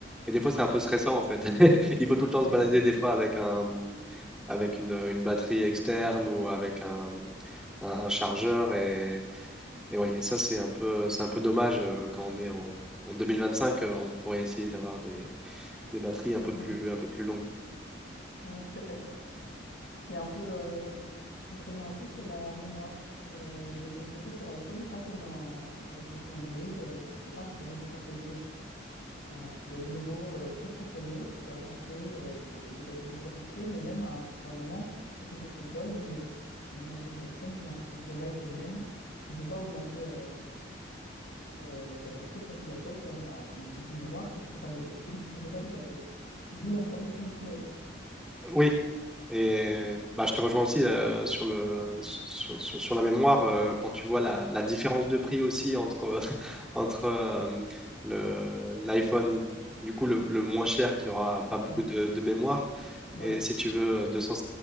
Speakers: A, in the centre; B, on the left.
A: et des fois, c'est un peu stressant en fait. <laughs> Il faut tout le temps
B: Oui,
A: se balader des fois avec un, avec une, une batterie externe ou avec un, un, un chargeur. Et, et oui, et ça, c'est un peu, c'est un peu dommage euh, quand on est en, en 2025, euh, on pourrait essayer d'avoir des, des batteries un peu
B: oui,
A: plus, un peu plus longues.
B: oui, tout à fait. Ce qui est un peu euh, contraignant aussi, c'est la mémoire. Euh, j'ai constaté que sur iPhone, pas comme dans, dans les téléphones Android, euh, tu peux pas insérer de carte SD. Euh, tu dois de nouveau euh, surconsommer, tu dois racheter euh, de- une ca- certaine capacité, mais même à un certain moment, ça c'est pour ton cloud, mais dis-moi si je me trompe, j'ai l'impression que sur l'iPhone même, tu ne peux pas augmenter euh, euh, la capacité. Une fois que tu l'achètes, il y a un- un- une certaine mémoire que tu peux pas dépa- que tu ne peux pas dépasser. D'où l'intervention du cloud.
A: Oui, Et bah, je te rejoins aussi euh, sur le, sur, sur- sur la mémoire, euh, quand tu vois la, la différence de prix aussi entre, <laughs> entre euh, le, l'iPhone, du coup le, le moins cher qui aura pas beaucoup
B: Ouais,
A: de, de mémoire,
B: voilà.
A: et si tu veux euh, six ou